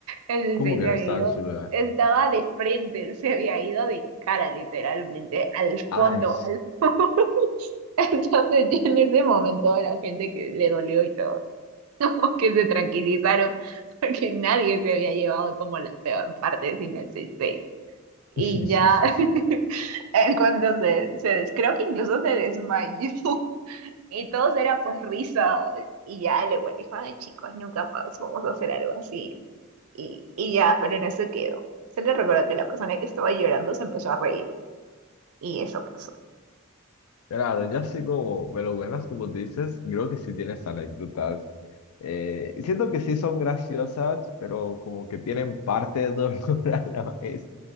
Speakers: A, on the right; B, on the left.
A: El sensei
B: Como que
A: se
B: no
A: había
B: estaba
A: ido,
B: en su lugar.
A: estaba de frente, se había ido de cara literalmente al
B: Ay.
A: fondo, al <laughs> fondo. <laughs> Entonces, ya en ese momento, a la gente que le dolió y todo, <laughs> como que se tranquilizaron, porque nadie se había llevado como la peor parte, sino el 6-6. Y
B: <laughs>
A: ya, <laughs> en cuando se, se des- creo que incluso se desmayó, <laughs> y todos era pues risa, y ya el igual dijo, ay chicos, nunca más vamos a hacer algo así, y, y ya, pero en eso quedó. Se le recordó que la persona que estaba llorando se empezó a reír, y eso pasó.
B: Claro, ya así como me lo ganas, como te dices, creo que sí tienes anécdotas. Eh, siento que sí son graciosas, pero como que tienen parte de dolor <laughs> a la vez.